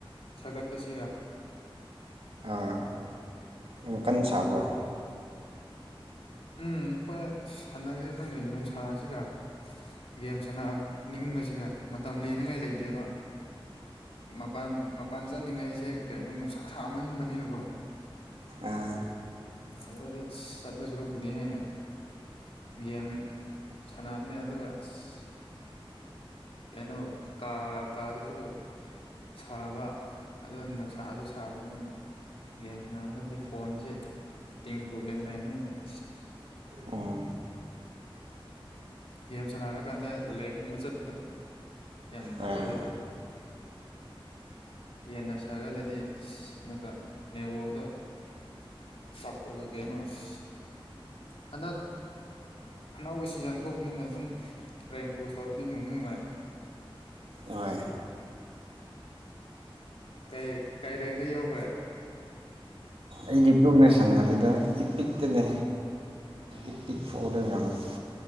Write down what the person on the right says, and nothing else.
ꯑꯥ ꯌꯝ ꯀꯟꯅ ꯁꯥꯕ꯭ꯔꯣ
ꯑꯥ
ꯑꯣ
ꯍꯣꯏ
ꯍꯣꯏ
ꯑꯩꯗꯤ ꯇꯣꯏꯅ ꯁꯥꯟꯅꯗꯦꯗ ꯏꯄꯤꯛꯇꯅꯦ
ꯏꯄꯤꯛ ꯐꯥꯎꯗ ꯌꯥꯝꯕꯅꯤ <unintelligible>